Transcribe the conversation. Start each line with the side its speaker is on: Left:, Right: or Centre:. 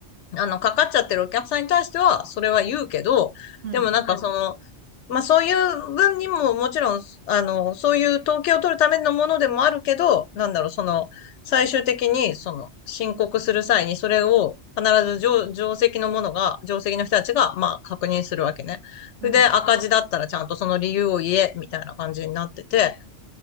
Left: あの、かかっちゃってるお客さんに対しては、それは言うけど、
Right: <laughs> うん、
Left: でもなんかその、まあそういう分にももちろん、あの、そういう統計を取るためのものでもあるけど、なんだろう、その、最終的に、その、申告する際に、それを必ず上上席のものが、上席の人たちが、まあ確認するわけね。
Right: うん、
Left: それで赤字だったらちゃんとその理由を言え、みたいな感じになってて、